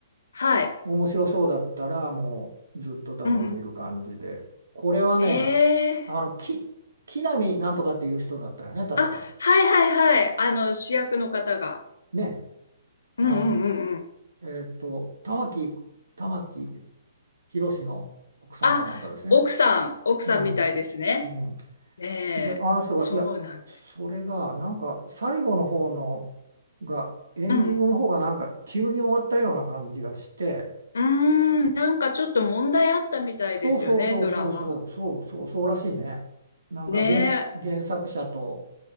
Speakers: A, on the left (about 80°); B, on the right (about 80°).
A: はい。
B: 面白そうだったら、もうずっと多分見る感じで、
A: うんうん。
B: これはね、
A: へえ。
B: あのき木南なんとかっていう人だったよね、確か。
A: あ、はいはいはい。あの、主役の方が。
B: ね、
A: うんうんうんうん。
B: あの、えーっと、玉木、玉木宏の奥さんかなんかですよね。
A: あ、奥さん、奥さんみたいですね。
B: うん。うん
A: ねえ、
B: で、あの人が、
A: そうなんで。
B: いや、それが、なんか、最後の方のが、エンディングの方が、
A: うん。
B: なんか、急に終わったような感じがして、
A: うーん、なんかちょっと問題あったみたいですよね、
B: そうそうそうそうそうそうそうそうらしいね。
A: ドラマ。
B: なんか原す、
A: ねえ。
B: 原作者と、